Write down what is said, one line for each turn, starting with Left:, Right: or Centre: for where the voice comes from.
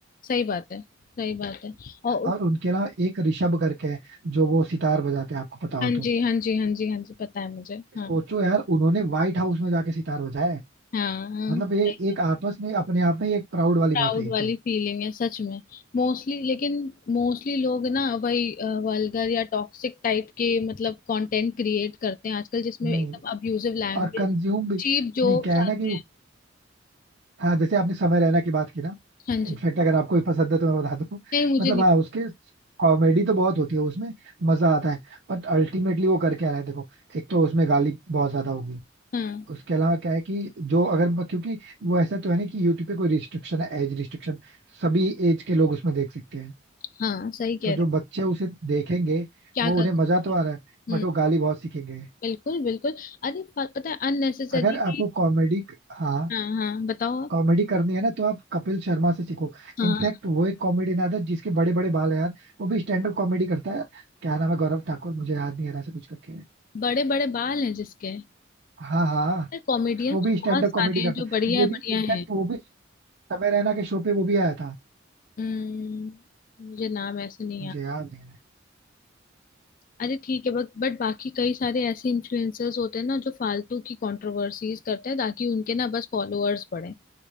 Left: सही बात है सही बात है और
Right: और उनके अलावा एक ऋषभ करके है जो वो सितार बजाते हैं आपको पता हो
Left: हाँ
Right: तो
Left: जी हाँ जी हाँ जी हाँ जी पता है मुझे हाँ
Right: सोचो यार उन्होंने व्हाइट हाउस में जाके सितार बजाया है
Left: हाँ हाँ,
Right: मतलब
Left: सही
Right: ये
Left: बात,
Right: एक आपस में अपने आप में एक प्राउड वाली
Left: प्राउड
Right: बात है ये
Left: वाली
Right: तो
Left: फीलिंग है सच में मोस्टली लेकिन मोस्टली लोग ना वही वल्गर या टॉक्सिक टाइप के मतलब कंटेंट क्रिएट करते हैं आजकल जिसमें
Right: नहीं
Left: एकदम अब्यूजिव लैंग्वेज
Right: और कंज्यूम भी
Left: चीप जोक्स
Right: नहीं क्या है ना
Left: आते
Right: कि वो
Left: हैं
Right: हाँ जैसे आपने समय रहना की बात की ना
Left: हाँ जी
Right: इनफैक्ट अगर आपको भी पसंद है तो मैं बता दूं
Left: नहीं
Right: <laughs>
Left: मुझे
Right: मतलब
Left: नहीं
Right: हाँ उसके कॉमेडी तो बहुत होती है उसमें मजा आता है बट अल्टीमेटली वो कर क्या रहा है देखो एक तो उसमें गाली बहुत ज्यादा होगी
Left: हाँ
Right: उसके अलावा क्या है कि जो अगर क्योंकि वो ऐसा तो है नहीं कि यूट्यूब पे कोई रिस्ट्रिक्शन है एज रिस्ट्रिक्शन सभी एज के लोग उसमें देख सकते हैं
Left: हाँ सही कह
Right: तो जो
Left: रहे हो
Right: बच्चे उसे देखेंगे
Left: क्या
Right: वो
Left: कर
Right: उन्हें मजा तो आ रहा है
Left: हम्म
Right: बट वो गाली बहुत सीखेंगे
Left: बिल्कुल बिल्कुल अरे प- पता है अननेसेसरी
Right: अगर आपको कॉमेडी हाँ
Left: हाँ हाँ बताओ आप
Right: कॉमेडी करनी है ना तो आप कपिल शर्मा से सीखो
Left: हाँ
Right: इनफैक्ट वो एक कॉमेडियन था जिसके बड़े बड़े बाल है यार वो भी स्टैंड अप कॉमेडी करता है क्या नाम है गौरव ठाकुर मुझे याद नहीं आ रहा से कुछ करके है।
Left: बड़े बड़े बाल हैं जिसके
Right: हाँ हाँ
Left: यार कॉमेडियंस
Right: वो भी स्टैंड
Left: बहुत
Right: अप
Left: सारे
Right: कॉमेडी करता
Left: हैं जो
Right: है
Left: बढ़िया
Right: ये भी
Left: बढ़िया
Right: इनफैक्ट
Left: हैं
Right: वो भी समय रैना के शो पे वो भी आया था
Left: हम्म मुझे नाम ऐसे नहीं
Right: मुझे
Left: याद
Right: याद नहीं रहा
Left: अरे ठीक है बट बट बाकी कई सारे ऐसे इन्फ्लुएंसर्स होते हैं ना जो फालतू की कंट्रोवर्सीज करते हैं ताकि उनके ना बस फॉलोअर्स बढ़े